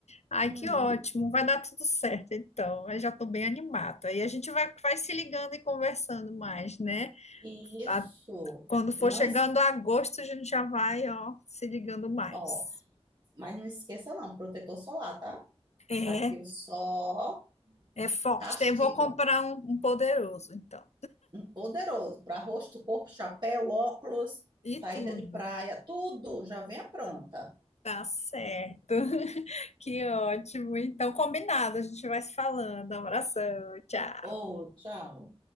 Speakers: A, on the left; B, on the right.
A: Ai,
B: Hum,
A: que ótimo, vai dar tudo certo, então. Eu já estou bem animada. Aí a gente vai, vai se ligando e conversando mais, né?
B: isso.
A: A- quando for
B: E não,
A: chegando
B: es-
A: a agosto, a gente já vai, ó, se ligando mais.
B: ó, Mas não esqueça não, protetor solar, tá?
A: É
B: Aqui o sol
A: é forte.
B: castiga.
A: Tem- vou comprar um, um poderoso, então.
B: Um poderoso para rosto, corpo, chapéu, óculos, saída
A: E tudo.
B: de praia, tudo já venha pronta.
A: Tá certo. Que ótimo. Então, combinado, a gente vai se falando. Abração, tchau.
B: Ô, tchau.